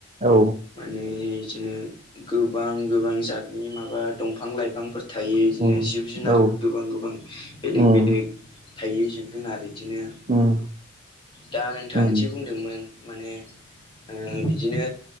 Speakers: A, on the right; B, on the left.
A: औ
B: माने बिदिनो गोबां गोबां जतनि माबा दंफां लाइ बिफांफोर थायो बिदिनो
A: उम
B: जिब जुनार
A: औ
B: गोबां गोबां। बेलेग
A: उम
B: बेलेग थायो जिब जुनार बिदिनो
A: उम
B: दा नोंथां
A: उम
B: एसे बुंदोंमोन माने ओ बिदिनो